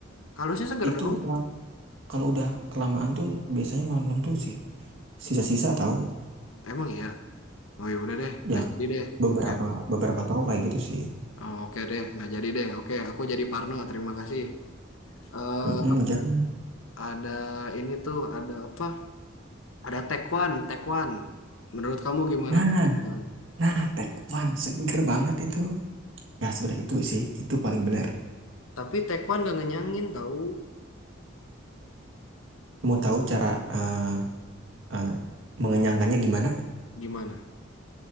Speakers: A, on the left; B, on the right.
A: Kalusnya seger
B: Itu
A: dong.
B: la- kalau udah kelamaan tuh biasanya malam-malam tuh sih sisa-sisa tahu.
A: Emang iya. Oh ya udah deh, nggak
B: Ya
A: jadi deh.
B: beberapa
A: Oke,
B: beberapa tahu kayak gitu sih.
A: Oh, oke deh, nggak jadi deh. Oke, aku jadi Parno. Terima kasih. Eh
B: Mm-mm, jangan.
A: Ada ini tuh, ada apa? Ada Taekwon, Taekwon. Menurut kamu gimana
B: Nah,
A: tuh Taekwon?
B: nah tekwan seger banget itu. Ya sudah itu sih, itu paling benar.
A: Tapi Taekwon gak ngenyangin tahu
B: Mau tahu cara eh, eh, mengenyangkannya gimana?
A: gimana?